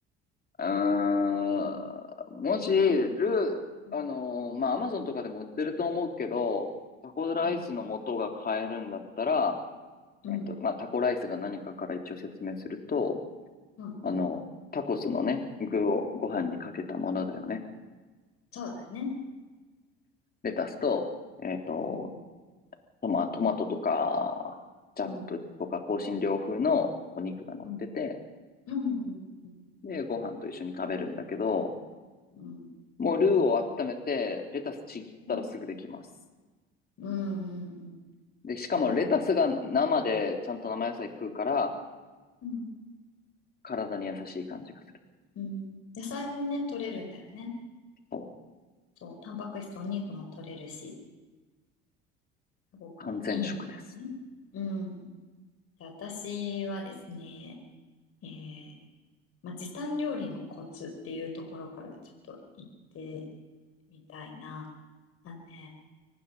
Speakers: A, on the left; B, on the left.
A: うーん、もし、ルー、
B: うん、
A: あのーまあ、アマゾンとかでも売ってると思うけど、タコライスの素が買えるんだったら、
B: うん、うん、
A: えっと、まあ、タコライスが何かから一応説明すると、
B: うん、
A: あの、
B: うん。
A: タコスのね、具をご飯にかけたものだよね。
B: そうだね。
A: レタスと、えっと、
B: うん、
A: トマ、トマトとか、チャップとか、
B: うん、
A: 香辛料風のお肉が乗ってて、
B: うん、うん、うん、うん、うん、
A: で、ご飯と一緒に食べるんだけど、
B: うん、
A: もうルーを温めて、レタスちぎったらすぐできます。
B: うん、うん、うん
A: で、しかもレタスが生でちゃんと生野菜食うから、
B: そう。うん、
A: 体に優しい感じがする。
B: うんうんうんうんうんうんうんうんうんそううんうん野菜もね、取れるんだよね。
A: そう。
B: そう、タンパク質、お肉も取れるし、すごくね、
A: 完全食です。
B: いいんだよね。うん。で私はですね、えーまあ、時短料理のコツっていうところからちょっと言ってみたいな。あのね、